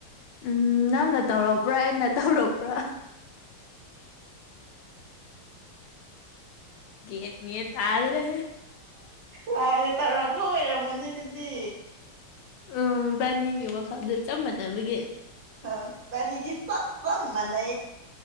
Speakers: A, on the left; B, on the right.
A: ꯎꯝ ꯅꯪꯅ ꯇꯧꯔꯄ꯭ꯔꯥ ꯑꯩꯅ ꯇꯧꯄ꯭ꯔꯥ ꯦꯠ ꯃ ꯇ ꯌꯥꯥꯗ꯭ꯔꯦ
B: ꯂꯥꯏꯔꯦ ꯇꯧꯔꯛꯄ ꯑꯣꯏꯔꯝꯒꯅꯤ ꯑꯗꯨꯗꯤ
A: ꯎꯝ ꯔꯕꯥꯥꯅꯤꯒꯤ ꯋꯥꯈꯜꯗ ꯆꯞ ꯃꯥꯟꯅꯕꯒꯤ
B: ꯍꯕꯅꯤꯗꯤ ꯁꯞ ꯁꯝ ꯃꯅ